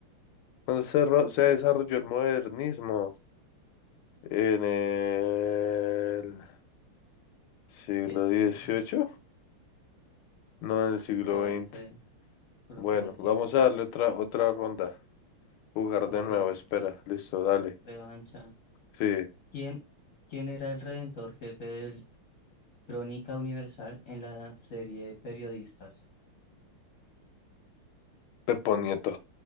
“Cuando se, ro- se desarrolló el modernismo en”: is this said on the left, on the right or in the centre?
Left